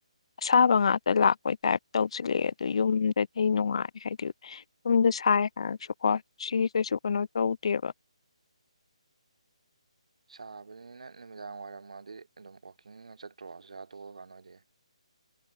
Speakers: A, on the left; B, on the right.
A: ꯑꯁꯥꯕ ꯉꯥꯛꯇ ꯂꯥꯛꯄꯩ ꯇꯥꯏꯞ ꯇꯧꯁꯤꯜꯂꯛꯑꯦ ꯑꯗꯨ ꯌꯨꯝꯗ ꯑꯩ ꯅꯨꯡꯉꯥꯏ ꯍꯥꯏꯗꯤ ꯌꯨꯝꯗ ꯁꯥꯏ ꯍꯥꯏꯔꯁꯨꯀꯣ ꯁꯤ ꯀꯩꯁꯨ ꯀꯩꯅꯣ ꯇꯧꯗꯦꯕ <unintelligible>
B: ꯆꯥꯕꯅꯤꯅ ꯅꯨꯃꯤꯗꯥꯡ ꯋꯥꯏꯔꯝꯃꯗꯤ ꯑꯗꯨꯝ ꯋꯥꯛꯀꯤꯡ ꯉꯥꯛ ꯆꯠꯇ꯭ꯔꯣ ꯆ ꯆꯥꯊꯣꯛꯑꯀꯥꯟꯗ ꯑꯣꯏꯗꯤ